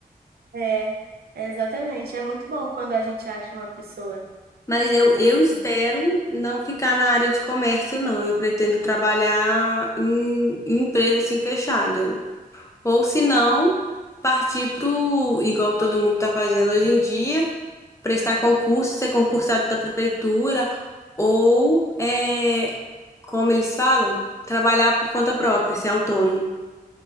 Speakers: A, on the right (about 85°); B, on the left (about 20°).
A: É, é exatamente. É muito bom quando a gente acha uma pessoa
B: Mas eu,
A: assim.
B: eu espero não ficar na área de comércio, não. Eu pretendo trabalhar em, em empresa assim fechada. Ou se não, partir pro, igual todo mundo tá fazendo hoje em dia, prestar concurso, ser concursado da prefeitura, ou, é, como eles falam, trabalhar por conta própria, ser autônomo.